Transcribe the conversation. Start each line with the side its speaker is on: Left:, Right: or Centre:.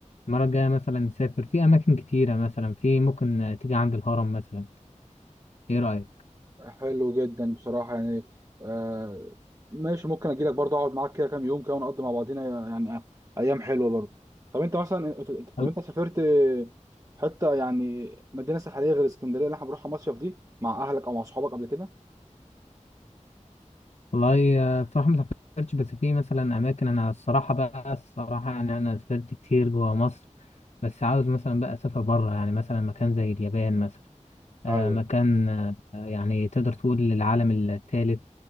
Left: المرة الجاية مثلا نسافر في أماكن كتيرة مثلا في ممكن آه، تيجي عند الهرم مثلا ايه رأيك
Right: حلو جدا بصراحه يعني آه ماشي ممكن اجي لك برضه اقعد معاك كده كام يوم كده ونقضي مع بعضينا يعني ايام حلوه برضه طب انت مثلا طب
Left: وال-
Right: انت سافرت حته يعني مدينه ساحليه غير اسكندريه اللي احنا بنروحها مصيف دي مع اهلك او مع اصحابك قبل كده
Left: والله آه، بصراحة ما سافرتش بس في مثلا اماكن انا الصراحة بقى الصراحة يعني انا سافرت كتير جوا مصر بس عاوز مثلا بقى اسافر بره يعني مثلا مكان زي اليابان مثلا آه،
Right: ايوه
Left: مكان آه، يعني تقدر تقول العالم الثالث